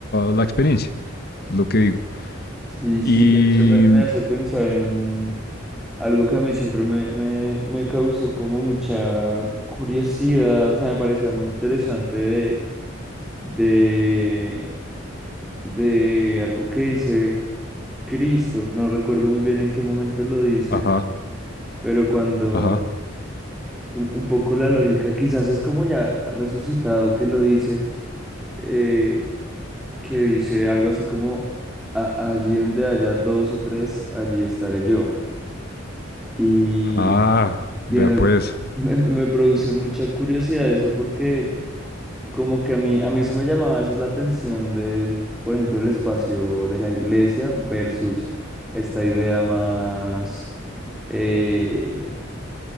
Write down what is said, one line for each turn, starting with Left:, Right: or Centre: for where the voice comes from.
Left: la experiencia, es lo que digo.
Centre: Sí, sí,
Left: Y,
Centre: de hecho me, me hace pensar en algo que a mí siempre me, me, me causó como mucha curiosidad, o sea, me parecía muy interesante de, de, de algo que dice Cristo, no recuerdo muy bien en qué momento lo dice,
Left: ajá,
Centre: pero cuando
Left: ajá,
Centre: un, un poco la lógica, quizás es como ya resucitado que lo dice, eh, que dice algo así como, "A- allí donde haya dos o tres, allí estaré yo. Y,
Left: ah, vea
Centre: y me,
Left: pues,
Centre: me- <laughs> me produce mucha curiosidad eso porque como que a mí, a mí eso me llamaba esa es la atención de, por ejemplo, el espacio de la iglesia versus esta idea más, eh,